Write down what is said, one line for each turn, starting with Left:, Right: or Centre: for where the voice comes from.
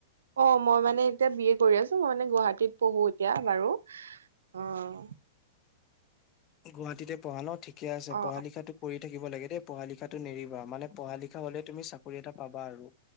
Right: অঁ মই মানে এতিয়া বিএ কৰি আছো মানে গুৱাহাটীত পঢ়ো এতিয়া বাৰু। অঁ
Left: গুৱাহাটীতে পঢ়া ন ঠিকে আছে,
Right: অ
Left: পঢ়া লিখাতো কৰি থাকিব লাগে দেই পঢ়া লিখাত- টো নেৰিবা, মানে পঢ়া লিখা হ'লে তুমি চাকৰি এটা পাবা আৰু।